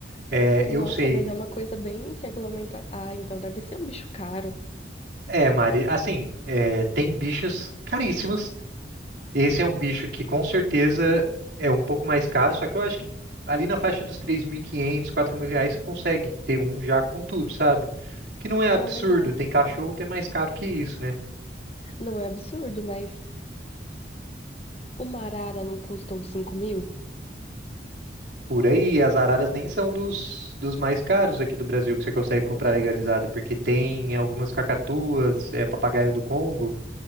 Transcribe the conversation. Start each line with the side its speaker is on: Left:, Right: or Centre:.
Right: É,
Left: Nossa,
Right: eu sei
Left: mas é uma coisa bem regulamentada. Ah, então deve ser um bicho caro.
Right: É, Mari, assim, é, tem bichos caríssimos. Esse é um bicho que com certeza é um pouco mais caro, só que eu acho que ali na faixa dos três mil e quinhentos, quatro mil reais você consegue ter um já com tudo, sabe? Que não é
Left: Ah,
Right: absurdo,
Left: legal.
Right: tem cachorro que é mais caro que isso, né?
Left: Não é absurdo, mas uma arara não custa uns cinco mil?
Right: Por aí, as araras nem são dos, dos mais caros aqui do Brasil que você consegue comprar legalizado, porque tem algumas cacatuas, é, papagaio do Congo,